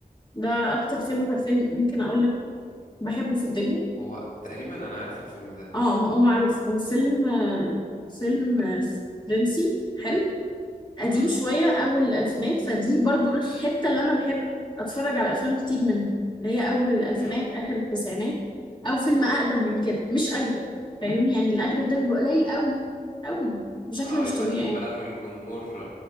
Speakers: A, on the left; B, on the left.
A: ده اكتر فيلم حرفيا ممكن اقول لك بحبه في الدنيا
B: هو تقريبا انا عارف الفيلم ده
A: اه هو معروف هو فيلم آه فيلم آه، فرنسي حلو قديم
B: امم
A: شوية أول الألفينات فدي برضو الحتة اللي أنا بحب أتفرج على أفلام كتير منها اللي هي أول الألفينات
B: امم
A: آخر التسعينات أو فيلم أقدم من كده مش أجدد فاهم يعني الأجدد ده بيبقى قليل أوي أوي بشكل
B: اه
A: مش
B: يبقى
A: طبيعي
B: اكيد
A: يعني
B: بقى من جمهور